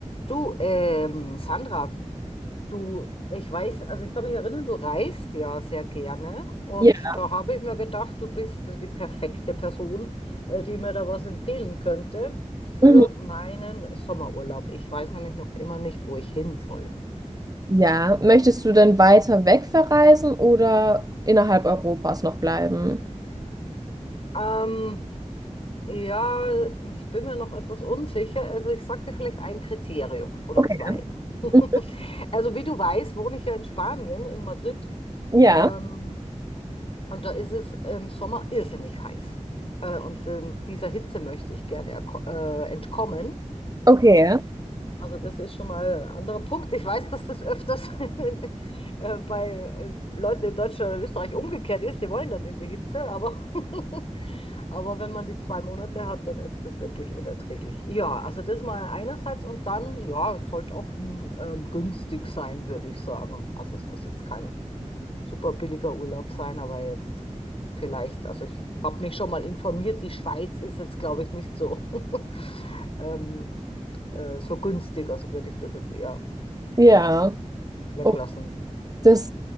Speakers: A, on the left; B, on the right.
A: Du, ähm, Sandra, du, ich weiß, also ich kann mich erinnern, du reist ja sehr gerne und
B: Ja.
A: da habe ich mir gedacht, du bist die perfekte Person, äh, die mir da was empfehlen könnte für
B: Mhm.
A: meinen Sommerurlaub. Ich weiß nämlich noch immer nicht, wo ich hin soll.
B: Ja. Möchtest du denn weiter weg verreisen oder innerhalb Europas noch bleiben?
A: Ähm, ja, ich bin mir noch etwas unsicher. Also ich sagte vielleicht ein Kriterium oder
B: Okay.
A: zwei. <laughs>
B: Mhm.
A: Also wie du weißt, wohne ich ja in Spanien, in Madrid.
B: Ja.
A: Ähm, Und da ist es im Sommer irrsinnig heiß. Äh, und äh, dieser Hitze möchte ich gerne äh, entkommen.
B: Okay.
A: Also das ist schon mal ein anderer Punkt. Ich weiß, dass das öfters <laughs> äh, bei äh, Leuten in Deutschland oder Österreich umgekehrt ist. Die wollen dann in die Hitze, aber, <laughs> aber wenn man die zwei Monate hat, dann ist das wirklich unerträglich. Ja, also das mal einerseits und dann, ja, es sollte auch hm, ähm, günstig sein, würde ich sagen. Also es muss jetzt kein super billiger Urlaub sein, aber jetzt vielleicht, also ich habe mich schon mal informiert, die Schweiz ist jetzt, glaube ich, nicht so, <laughs> ähm, äh, so günstig, also würde ich das jetzt eher
B: Ja.
A: weglassen.
B: Oh, das,